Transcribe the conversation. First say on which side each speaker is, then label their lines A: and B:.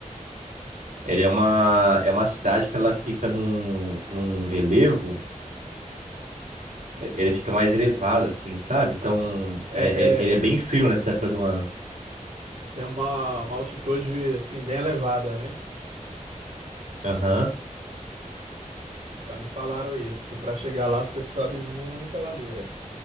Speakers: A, on the right; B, on the right.
A: Ele é uma... é uma cidade que ela fica num, num relevo. é- Ele fica mais elevado, assim, sabe? Então, é...
B: É, é,
A: é- ele é bem
B: é-
A: frio nessa época do ano.
B: tem uma, uma altitude assim bem elevada, né?
A: Aham.
B: Já me falaram isso, que para chegar lá você sobe muita ladeira.